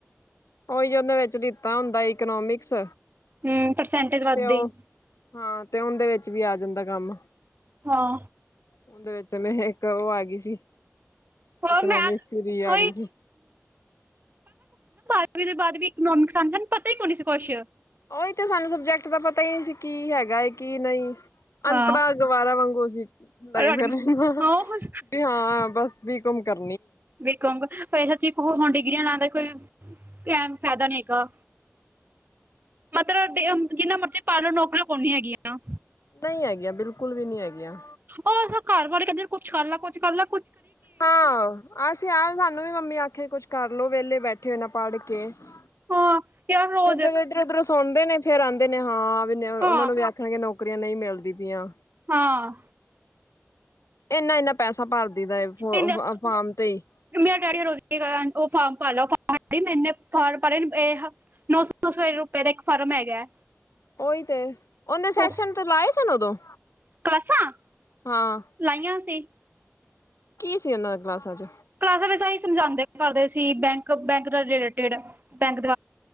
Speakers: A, on the left (about 80°); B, on the right (about 40°).
A: ਉਹੀ ਉਹਦੇ ਵਿੱਚ ਲਿੱਤਾ ਹੁੰਦਾ ਇਕਨੋਮਿਕਸ
B: ਹੂੰ ਪਰਸੈਂਟੇਜ ਵੱਧਦੀ
A: ਤੇ ਉਹ
B: ਐ
A: ਹਾਂ ਤੇ ਹੁਣ ਦੇ ਵਿੱਚ ਵੀ ਆ ਜਾਂਦਾ ਕੰਮ
B: ਹਾਂ।
A: ਉਹਦੇ ਵਿੱਚ ਮੈਂ ਇੱਕ ਉਹ ਆ ਗਈ ਸੀ।
B: ਹੋਰ
A: ਇਕਨੋਮਿਕ
B: ਮੈਥ
A: ਵੀ ਰੀ
B: ਉਹੀ
A: ਆ ਗਈ ਸੀ।
B: ਉਹਦੇ ਬਾਅਦ ਵੀ ਇਕੋਨੋਮਿਕ ਸਾਨੂੰ ਪਤਾ ਹੀ ਨੀ ਸੀ ਕੁਛ।
A: ਉਹੀ ਤੇ ਸਾਨੂੰ ਸਬਜੈਕਟ ਦਾ ਪਤਾ ਹੀ ਨਹੀਂ ਸੀ ਕੀ ਹੈਗਾ ਕੀ ਨਹੀਂ।
B: ਹਾਂ
A: ਅਨਪੜਾ ਗਵਾਰਾਂ ਵਾਂਗੂ ਅਸੀ ਲੱਗੇ ਫਿਰ
B: ਅਡਮੀ
A: ਰਹਿੰਦਾ
B: ਹਾਂ ਹੁਣ
A: ਵੀ ਹਾਂ ਬਸ ਬੀ ਕੋਮ ਕਰ
B: ਵਾਸੇ ਸਾਚ ਹੁਣ ਡਿਗਰੀਆਂ ਲਾਦਾ ਕੋਈ ਕੈਣ ਫਾਇਦਾ ਨਹੀਂ ਗਾ ਮਤਲਬ ਜਿੰਨਾ ਮਰਜ਼ੀ ਪਾੜਲੋ ਨੌਕਰੀਆਂ ਕੋਈ ਨਹੀ ਹੈਗੀਆਂ।
A: ਨਹੀਂ ਹੈਗੀਆਂ ਬਿਲਕੁਲ ਵੀ ਨਹੀਂ ਹੈਗੀਆਂ।
B: ਉਹ ਸਾ ਘਰ ਵਾਲੇ ਕਹਿੰਦੇ ਕੁੱਛ ਕਰਲੋ ਕੁੱਛ ਕਰ ਲ
A: ਹਾਂ ਅਸੀਂ ਆਪ ਸਾਨੂੰ ਵੀ ਮੰਮੀ ਆਖੇ ਕੁਛ ਕਰਲਓ ਵਿਹਲੇ ਬੈਠੇ ਹੋ ਐਨਾ ਪੜ੍ਹ ਕੇ ਫੇਰ
B: ਹਾਂ ਯਾਰ ਰੋਜ਼
A: ਜਦੋਂ ਇੱਧਰੋਂ ਉੱਧਰੋਂ ਸਣਦੇ ਨੇ ਫੇਰ ਆਦੇ ਨੇ ਹਾਂ ਵੀ ਉਹਨਾਂ
B: ਹਾਂ
A: ਨੂੰ ਵੀ ਆਖਣਗੇ ਨੌਕਰੀਆਂ ਨਹੀਂ ਮਿਲਦੀ ਪਈਆਂ
B: ਹਾਂ।
A: ਇਨਾ-ਇਨਾ ਪੈਸਾ ਭਰਦਿਆ ਫ
B: ਇੰਨ
A: ਫਾਰਮ ਤੇ ਹੀ
B: ਮੇਰਾ ਡੈਡੀ ਰੋਜ਼ ਉਹ ਫਾਰਮ ਭ ਲੈ ਫਾਰ ਮੈਨੇ ਫਾਰਮ ਭੇ ਇਹ ਨੌ ਸੌ- ਸੌ ਰੁਪਏ ਦਾ ਇੱਕ ਫਾਰਮ ਹੈਗਾ।
A: ਉਹੀ ਤੇ ਉਹਦੇ ਸੈਸ਼ਨ
B: ਉਹ
A: ਤੇ ਲਾਏ ਸਨ ਉਦੋਂ?
B: ਕਲਾਸਾਂ
A: ਹਾਂ
B: ਲਾਈਆਂ ਸੀ,
A: ਕੀ ਸੀ ਉਹਨਾਂ ਦੇ ਕਲਾਸਾਂ ਚ
B: ਕਲਾਸਾਂ ਵਿੱਚ ਅਸੀਂ ਸਮਝਾਦੇ ਕਰਦੇ ਸੀ ਬੈਂਕ ਬੈਂਕ ਦੇ ਰਿਲੇਟਿਡ ਬੈਂਕ